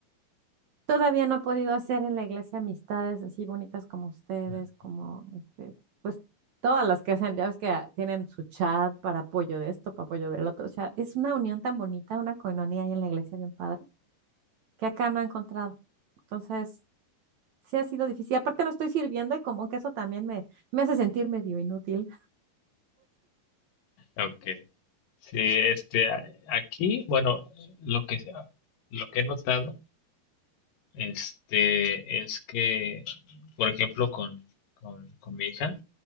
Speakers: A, on the right; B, on the left.
A: Todavía no he podido hacer en la iglesia amistades así bonitas como ustedes,
B: sí.
A: como este, pues todas las que hacen, ya ves que ah, tienen su chat para apoyo de esto, para apoyo del otro. O sea, es una unión tan bonita, una coinonía ahí en la iglesia bien padre, que acá no he encontrado. Entonces, sí ha sido difícil. Aparte no estoy sirviendo y como que eso también me, me hace sentir medio inútil.
B: Okay. Sí, este, a- aquí, bueno, lo que, lo que he notado, este, es que, por ejemplo, con, con, con mi hija,